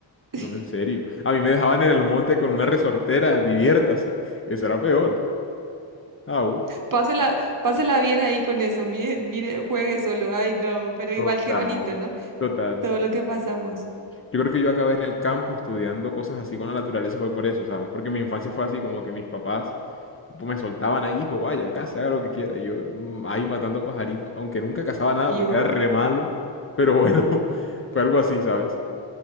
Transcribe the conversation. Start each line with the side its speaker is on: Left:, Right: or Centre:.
Right: <laughs>
Left: No, en serio. A mí me dejaban en el monte con una resortera, diviértase. Eso era peor. Ah,
Right: pásela, pásela bien ahí con eso, mire, mire, juegue solo, ay no, pero igual
Left: Total,
Right: qué bonito, ¿no?
Left: total.
Right: Todo lo que pasamos.
Left: Yo creo que yo acabé en el campo estudiando cosas así con la naturaleza, fue por eso, ¿sabes? Porque mi infancia fue así, como que mis papás pues me soltaban ahí, hijo, vaya, case, haga lo que quiera. Y yo mm, ahí matando pajaritos, aunque nunca cazaba nada
Right: ¿Vio?
Left: porque era re malo, pero bueno, <laughs> fue algo así, ¿sabes?